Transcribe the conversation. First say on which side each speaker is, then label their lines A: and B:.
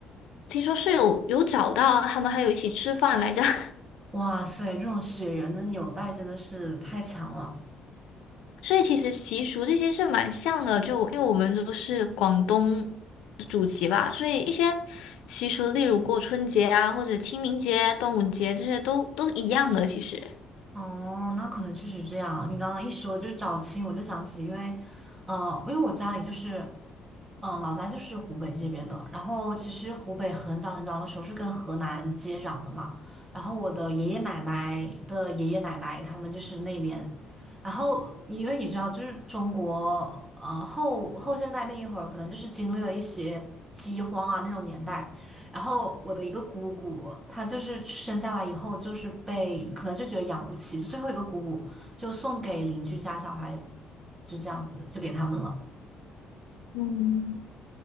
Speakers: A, on the left; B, on the right.
A: 听说是有有找到，他们还有一起吃饭来着。<laughs>
B: 哇塞，这种血缘的纽带真的是太强了。
A: 所以其实习俗这些是蛮像的，就因为我们都是广东祖籍吧，所以一些习俗，例如过春节啊，或者清明节、端午节这些都都一样的。其实
B: 哦，那可能确实这样。你刚刚一说就找亲，我就想起，因为，呃，因为我家里就是。嗯，老家就是湖北这边的。然后其实湖北很早很早的时候是跟河南接壤的嘛。然后我的爷爷奶奶的爷爷奶奶他们就是那边。然后因为你知道，就是中国呃后后现代那一会儿，可能就是经历了一些饥荒啊那种年代。然后我的一个姑姑，她就是生下来以后就是被可能就觉得养不起，就最后一个姑姑就送给邻居家小孩，就这样子就给他们了。
A: 嗯。